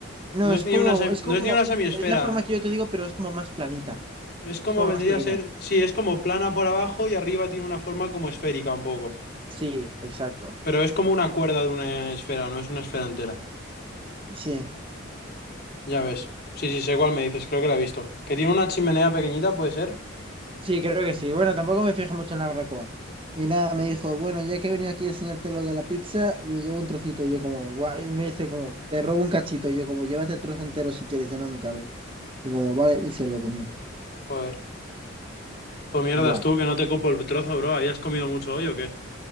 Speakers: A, on the right (about 25°); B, on the left (about 50°).
A: No,
B: No
A: es
B: es ni
A: como,
B: una sem-
A: es como,
B: no es ni una semiesfera.
A: es la forma que yo te digo, pero es como más planita,
B: Es como
A: es como
B: vendría
A: más pequeña.
B: a ser. Sí, es como plana por abajo y arriba tiene una forma como esférica un poco.
A: Sí, exacto.
B: Pero es como una cuerda de una esfera, no es una esfera entera.
A: Sí,
B: Ya ves. Sí, sí, sé cuál me dices, creo que la he visto. Que tiene una chimenea pequeñita, ¿puede ser?
A: sí, creo que sí. Bueno, tampoco me fijé mucho en la barbacoa. Y nada, me dijo, bueno, ya que he venido aquí a enseñarte lo de la pizza, yo llevo un trocito, y yo como, guay y me dice como, te robo un cachito, y yo como, llévate el trozo entero si quieres, ya no me cabe. Y como, vale, y se lo comió.
B: Joder. Tú mierdas
A: Ya.
B: tú, que no te cupo el trozo, bro. ¿Habías comido mucho hoy o qué?